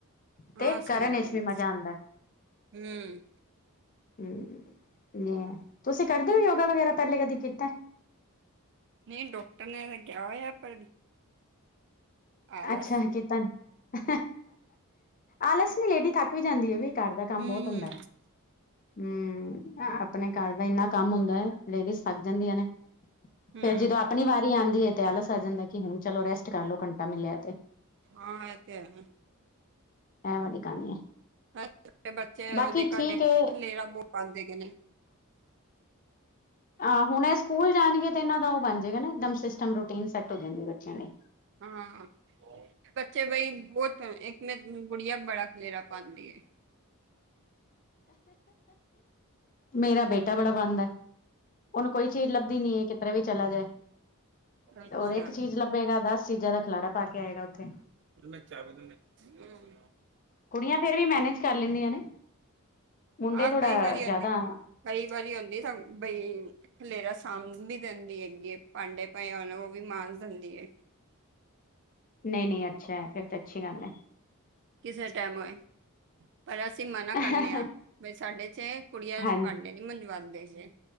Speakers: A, on the right (about 55°); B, on the left (about 35°).
A: ਹਾਂ
B: ਤੇ
A: ਸਹੀ
B: ਕਰਨ
A: ਗੱਲ
B: ਇਸ
A: ਐ।
B: ਲਈ ਮਜ਼ਾ ਆਂਦਾ।
A: ਹੂੰ
B: ਹੂ ਨਹੀਂ, ਤੁਸੀਂ ਕਰਦੇ ਹੋ ਯੋਗਾ ਵਗੈਰਾ ਪਹਿਲੇ ਕਦੀ ਕੀਤਾ।
A: ਨਹੀਂ, ਡਾਕਟਰ ਨੇ ਤਾਂ ਕਿਹਾ ਹੋਇਆ ਪਰ ਆਲਸ
B: ਅੱਛਾ ਕਿਤਾ, ਨੀ ਆਲਸ ਨੀ, ਲੇਡੀ ਥੱਕ ਵੀ ਜਾਂਦੀ ਹੈ ਵੀ। ਘਰ ਦਾ ਕੰਮ
A: ਹੂੰ
B: ਬੋਹਤ ਹੁੰਦਾ ਹੈ। ਹੂ ਆਪਣੇ ਘਰ ਦਾ ਇੰਨਾ ਕੰਮ ਹੁੰਦਾ ਹੈ, ਲੇਡੀਜ਼ ਥਕ ਜਾਂਦੀਆਂ ਨੇ।
A: ਹੂੰ
B: ਫਿਰ ਜਦੋਂ ਆਪਣੀ ਵਾਰੀ ਆਂਦੀ ਹੈ ਤੇ, ਆਲਸ ਆ ਜਾਂਦਾ ਕਿ ਹੁਣ ਚਲੋ ਰੈਸਟ ਕਰ ਲਓ, ਘੰਟਾ ਮਿਲਿਆ ਤੇ।
A: ਹਾਂ, ਏ ਤੇ ਹੈ।
B: ਇਹ ਵਾਲੀ ਕਹਾਣੀ ਹੈ
A: ਛੋਟੇ ਬੱਚੇ
B: ਬਾਕੀ
A: ਉਹਦੇ ਘਰੇ
B: ਠੀਕ ਹੈ
A: ਖਲੇਰਾ ਬੋਹ ਪਾਂਦੇ ਹੈਗੇ ਨੇ।
B: ਆਹ ਹੁਣ ਇਹ ਸਕੂਲ ਜਾਣਗੇ ਤੇ ਇਹਨਾਂ ਦਾ ਉਹ ਬਣ ਜਾਏਗਾ ਨਾ ਇਕਦਮ ਸਿਸਟਮ, ਰੂਟੀਨ ਸੈਟ ਹੋ ਜਾਂਦੀ ਬੱਚਿਆਂ ਲਈ।
A: ਹਾਂ, ਬੱਚੇ ਬਈ ਬਹੁਤ ਤੰਗ ਇੱਕ ਮੇਰੀ ਗੁੜੀਆਂ ਬੜਾ ਖਲੇਰਾ ਪਾਂਦੀ ਏ।
B: ਮੇਰਾ ਬੇਟਾ ਬੜਾ ਪਾਂਦਾ, ਉਹਨੂੰ ਕੋਈ ਚੀਜ਼ ਲੱਭ ਨੀ ਹੈ ਕਿਧਰੇ ਵੀ ਚਲਾ ਜਾਏ,
A: ਅੱਛਾ
B: ਔਰ ਇੱਕ ਚੀਜ਼ ਲੱਭੇਗਾ ਦਸ ਚੀਜ਼ਾਂ ਦਾ ਖਲਾਰਾ ਪਾ ਕੇ ਆਏਗਾ ਉੱਥੇ।
A: ਪਰ ਮੈਂ <unintelligible>
B: ਕੁੜੀਆਂ ਫਿਰ ਵੀ ਮੈਨੇਜ ਕਰ ਲੈਂਦੀਆਂ ਨੇ, ਮੁੰਡੇ
A: ਆਹ
B: ਥੋੜਾ
A: ਕਈ ਵਾਰੀ
B: ਜਿਆਦਾ
A: ਹੁੰਦੀ ਕਈ ਵਾਰੀ ਹੁੰਦੀ ਥੰਮ ਬਈ ਖਲੇਰਾ ਸਾਂਬ ਵੀ ਦਿੰਦੀ ਹੈਗੀ ਏ, ਭਾਂਡੇ ਪਏ ਹੋਣ ਉਹ ਵੀ ਮਾਂਜ ਦਿੰਦੀ ਹੈ।
B: ਨਹੀਂ-ਨਹੀਂ, ਅੱਛਾ ਹੈ। ਫਿਰ ਤੇ ਅੱਛੀ ਗੱਲ ਹੈ।
A: ਕਿਸੇ ਟਾਈਮ ਹੋਏ, ਪਰ ਅਸੀਂ ਮਨਾ
B: ਹੈ।
A: ਕਰਨੇ ਹਾਂ ਵੀ ਸਾਡੇ ਚ ਕੁੜੀਆਂ
B: ਹਾਂਜੀ
A: ਵੀ ਪੜ ਲੇ। ਨਹੀਂ ਮੰਜਵਾਂਦੇ ਹੈਗੇ।